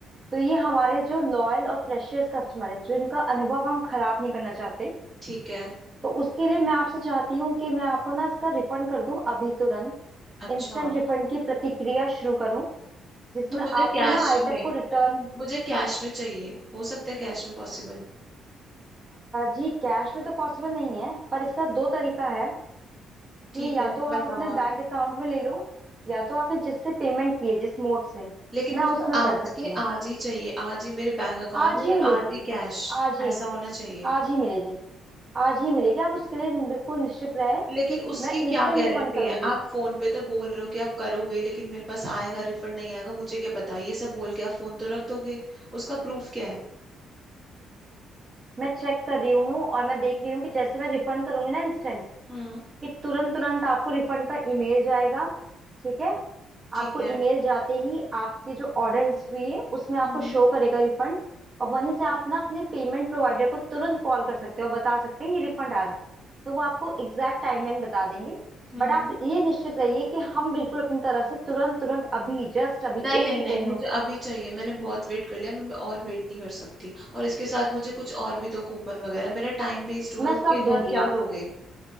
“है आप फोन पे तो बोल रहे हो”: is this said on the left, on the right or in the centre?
Centre